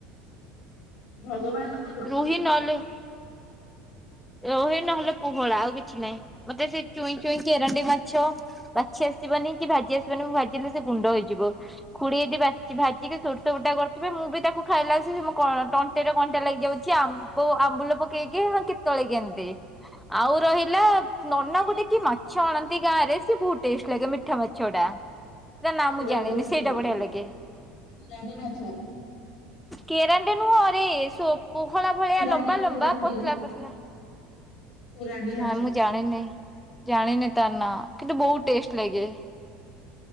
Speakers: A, on the left; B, in the centre.
A: ଭଗବାନ।
B: ରୋହି ନହେଲେ ରୋହି ନହେଲେ ପୋହଳ ଆଉ କିଛି ନାହିଁ ମତେ ସେଇ ଚୁଇଁ ଚୁଇଁ କେରାଣ୍ଡି ମାଛ ବାଛି ଆସିବନି କି ଭାଜି ଆସିବନି ଭାଜିଲେ ସେ ଗୁଣ୍ଡ ହେଇଯିବ। ଖୁଡ଼ି ଏଠି ବା ଭାଜିକି ସୋରିଷ ବଟା କରିଥିବେ ମୁଁ ବି ତାକୁ ଖାଇଲା ଆସିକି ମୋ ତ ତଣ୍ଟି ରେ କଣ୍ଟା ଲାଗିଯାଉଛି ଆମ୍ବ ଆମ୍ବୁଲ ପକେଇକି ହଁ କେତେବେଳେ କେମିତି ଆଉ ରହିଲା ନନା ଗୋଟେ କି ମାଛ ଆଣନ୍ତି ଗାଁ ରେ ସିଏ ବହୁତ ଟେଷ୍ଟ ଲାଗେ ମିଠା ମାଛ ଟା ତା ନାଁ
A: ପୁରାଣ୍ଡି
B: ମୁଁ ଜାଣିନି
A: ମାଛ
B: ସେଇଟା ବଢିଆ ଲାଗେ।
A: ପୁରାଣ୍ଡି ମାଛ
B: କେରାଣ୍ଡି ନୁହଁରେ ପୋହଳା ଭଳିଆ
A: ପୁରାଣ୍ଡି
B: ଲମ୍ବା ଲମ୍ବା
A: ପୁରାଣ୍ଡି
B: ପତଲା ପତଲା।
A: ଖୁରାଣ୍ଡି ମାଛ
B: ନା ମୁଁ ଜା ଜାଣିନି ଜାଣିନି ତା ନାଁ କିନ୍ତୁ ବହୁତ ଟେଷ୍ଟ ଲାଗେ।